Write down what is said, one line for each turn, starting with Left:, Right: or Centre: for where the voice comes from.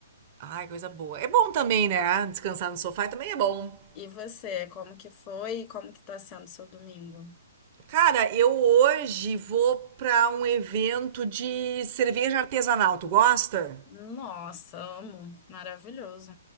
Right: Ai, coisa boa. É bom também, né? Descansar no sofá também é bom.
Left: E você, como que foi e como que tá sendo seu domingo?
Right: Cara, eu hoje vou pra um evento de cerveja artesanal. Tu gosta?
Left: Nossa, amo. Maravilhoso.